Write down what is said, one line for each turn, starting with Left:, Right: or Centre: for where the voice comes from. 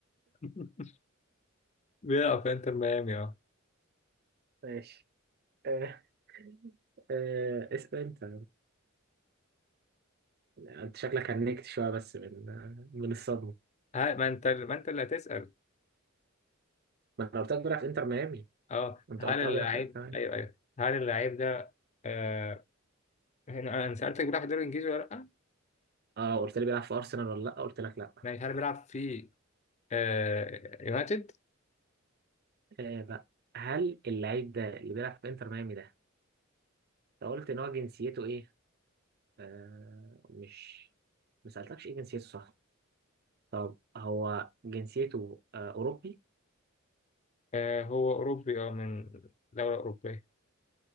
Left: <laughs> بيلعب في انتر ميامي اه
Right: <laughs> ماشي آه آه اسأل أنت انت شكلك هنكت شويه بس من من الصدمه
Left: هل- ما انت ما انت اللي هتسال
Right: ما انا قلت لك بيلعب في انتر ميامي
Left: اه
Right: انت
Left: هل
Right: قلت
Left: اللاعب
Right: اه بيلعب في انتر ميامي
Left: ايوه ايوه هل اللاعب ده آه... هنا انا سالتك بيلعب في الدوري الانجليزي ولا لا
Right: اه قلت لي بيلعب في ارسنال ولا لا قلت لك لا
Left: ماشي هل بيلعب في آه... يونايتد
Right: آه بقى هل اللعيب ده اللي بيلعب في انتر ميامي ده انت قلت ان هو جنسيته ايه آه مش ما سالتكش ايه جنسيته صح طب هو جنسيته آه اوروبي
Left: آه... هو اوروبي اه من دوله اوروبيه